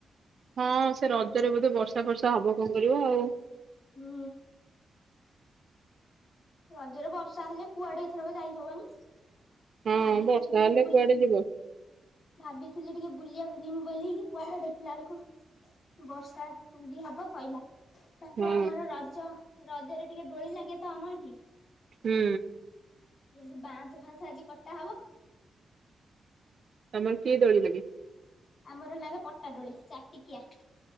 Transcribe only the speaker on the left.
ହୁଁ। ରଜରେ ବର୍ଷା ହେଲେ କୁଆଡେ ଏଥରକ ଯାଇ ହବନି।
ଭାବିଥିଲି
ଟିକେ
ବୁଲି
ଭାବିି ଥିଲି ଟିକେ ବୁଲିବାକୁ ଯିମି ବୋଲିକି କୁଆଡେ ଦେଖିଲା ବେଳକୁ ବର୍ଷା ଯଦି ହବ ସଇଲା। ତାପରେ
ଆମର ରଜ ରଜରେ ଟିକେ ଡୋଳି ଲାଗେ ତ ଆମ ଏଠି। ହ
ସେ ବାଁଶ ଫାଁସ ଆଜି କଟା ହବ।
ଆମର ଲାଗେ ପଟାଡୋଳି ଚାରିଟିକିଆ।